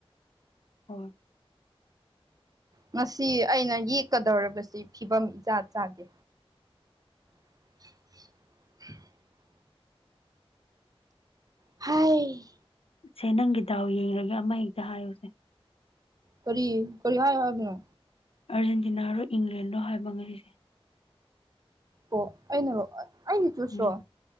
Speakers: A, on the left; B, on the right.
A: ꯍ
B: ꯉꯁꯤ ꯑꯩꯅ ꯌꯦꯛꯀꯗꯧꯔꯤꯕꯁꯤ ꯐꯤꯕꯝ ꯏꯆꯥ ꯆꯥꯗꯦ꯫ <inaudible> ꯍꯥꯏ
A: ꯁꯦ ꯅꯪꯒꯤ ꯗꯥꯎ ꯌꯦꯡꯂꯒꯦ ꯑꯃ ꯍꯦꯛꯇ ꯍꯥꯏꯌꯨꯁꯦ꯫
B: ꯀꯔꯤ ꯀꯔꯤ ꯍꯥꯏꯎ ꯍꯥꯏꯕꯔꯥ꯫
A: ꯑꯥꯔꯖꯦꯟꯇꯤꯅꯥꯔꯣ ꯏꯪꯂꯦꯟꯗꯣ ꯍꯥꯏꯕ ꯉꯁꯤꯁꯦ꯫
B: ꯑꯣ ꯑꯩꯅꯔꯣ ꯑꯩꯩꯅ ꯆꯨꯁꯔꯣ
A: ꯎꯝ